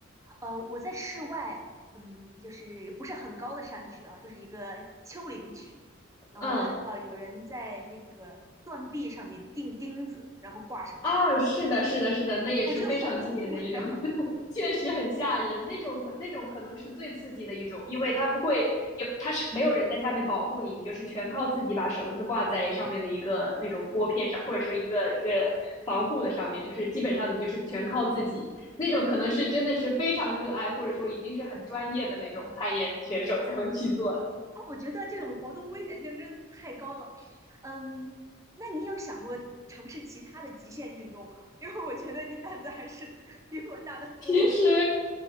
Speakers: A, on the right; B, on the left.
A: 呃，我在室外，嗯，就是不是很高的山区啊，就是一个丘陵区。然后我看到有人在那个断壁上面钉钉子，
B: 嗯，
A: 然后挂绳子去，
B: 啊，是的，是的，是的，那也是非常经典的一种，
A: 我觉得好恐怖呀！
B: <laughs> 确实很吓人。那种可那种可能是最刺激的一种，因为它不会有，它是没有人在下面保护你，你就是全靠自己把绳子挂在上面的一个那种拨片上，或者说一个一个防护的上面，就是基本上你就是全靠自己。那种可能是真的是非常热爱，或者说已经是很专业的那种攀岩选手才会去做的。
A: <laughs> 我觉得这种活动危险性真的太高了。嗯，那你有想过尝试其他的极限运动吗？因为我觉得你胆子还是 <laughs> 比我大得多。
B: 其实